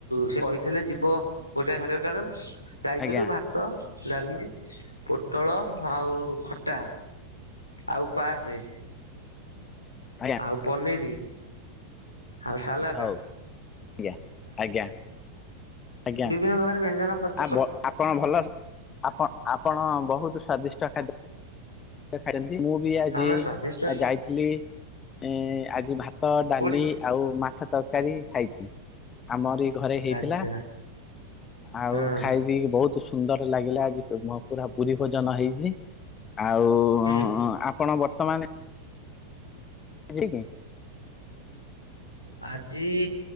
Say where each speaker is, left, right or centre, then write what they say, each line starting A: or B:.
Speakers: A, on the left; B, on the left.
A: ସେ କହିଥିଲେ ଯିବ ଗୋଟେ ଏ ସାଢେ ଗୋଟାଏ ବେଳୁ ଯାଇଥିଲୁ,
B: ଆଜ୍ଞା
A: ଭାତ ଭାତ ଡାଲି ପୋଟଳ ଆଉ ଖଟା ଆଉ ପାଏସେ
B: ଆଜ୍ଞା
A: ଆଉ ପନିର ଆଉ ସାଲାଟ
B: ହଉ ଆଜ୍ଞା ଆଜ୍ଞା ଆଜ୍ଞା
A: ବିଭିନ୍ନ ପ୍ରକାର ବ୍ୟଞ୍ଜନ ପ୍ରସ୍ତୁ
B: ଆ ଆପଣ ଭଲ ଆପଣ ଆପଣ ବହୁତ ସ୍ଵାଦିଷ୍ଟ ଖାଦ୍ୟ ଖାଇଛନ୍ତି ମୁଁ ବି ଆଜି
A: ଆମେ ସ୍ଵାଦିଷ୍ଟ
B: ଯାଇ ଥିଲି ଏ ଆଜି ଭାତ ଡାଲି
A: କୋଉଠି
B: ଆଉ ମାଛ ତରକାରୀ ଖାଇଛି ଆମରି ଘରେ ହେଇଥିଲା
A: ଆଚ୍ଛା
B: ଆଉ
A: ହଁ
B: ଖାଇ ପିଇି ବହୁତ ସୁ ସୁନ୍ଦର ଲାଗିଲା ଆଜି ପୁରା ପୁରୀ ଭୋଜନ ହେଇଛି ଆଉ
A: ହୁଁ
B: ଆପଣ ବର୍ତ୍ତମାନ ଠିକ୍
A: ଆଜି